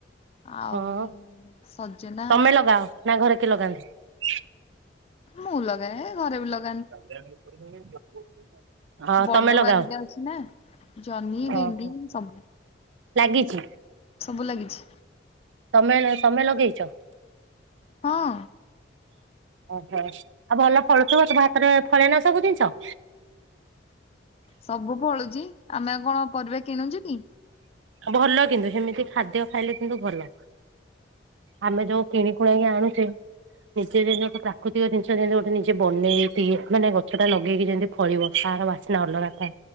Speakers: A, on the left; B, on the right.
A: ଆଉ
B: ହଁ।
A: ସଜନା
B: ତମେ ଲଗାଅ ନା ଘରେ କିଏ ଲଗାନ୍ତି?
A: ମୁଁ ଲଗାଏ ଘରେ ବି ଲଗା
B: <inaudible> ହଁ
A: ବଡ
B: ତମେ ଲଗାଅ
A: ବାରିଟେ ଅଛି ନା ଜହ୍ନି,
B: ଓହୋ
A: ଭେଣ୍ଡି ସବୁ
B: ଲାଗିଛି।
A: ସବୁ ଲାଗିଛି
B: ତମେ ତମେ ଲଗେଇଚ?
A: ହଁ।
B: ଓହୋ ଆଉ ଭଲ ଫଳୁଥିବ ତୁମ ହାତରେ ଫଳେ ନା ସବୁ ଜିନିଷ?
A: ସବୁ ଫଳୁଛି ଆମେ ଆଉ କଣ ପରିବା କିଣୁଚୁ କି?
B: ଭଲ କିନ୍ତୁ ହେମିତି ଖାଦ୍ୟ ଖାଇଲେ କିନ୍ତୁ ଭଲ। ଆମେ ଯୋଉ କିଣିକୁୁଣାକି ଆଣୁଚେ ନିଜେ ଯେମିତି ଗୋଟେ ପ୍ରାକୃତିକ ଜିନିଷ ଯେମିତି ଗୋଟେ ନିଜେ ବନେଇକି ମାନେ ଗଛ ଟା ଲଗେଇକି ଯେମିତି ଫଳିବ ତାର ବାସନା ଅଲଗା ଥାଏ